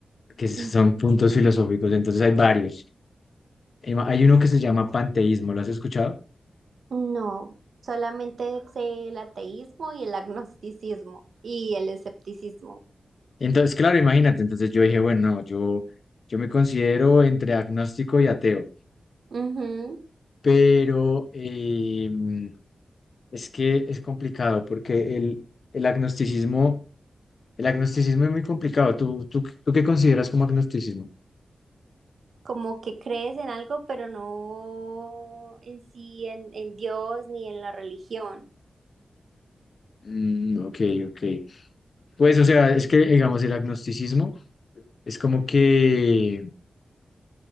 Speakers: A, on the left; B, on the right.
A: que son
B: ujú.
A: puntos filosóficos, entonces hay varios. Hay ma- hay uno que se llama panteísmo, ¿lo has escuchado?
B: No, solamente sé el ateísmo y el agnosticismo y el escepticismo.
A: Entonces, claro, imagínate, entonces yo dije, bueno, no, yo, yo me considero entre agnóstico y ateo,
B: Ujú.
A: pero eh, mm, es que es complicado porque el, el agnosticismo, el agnosticismo es muy complicado. ¿Tú, tú, tú qué consideras como agnosticismo?
B: Como que crees en algo, pero no en sí, en, en Dios ni en la religión.
A: Mm, ok, ok. Pues, o sea, es que, digamos, el agnosticismo es como que,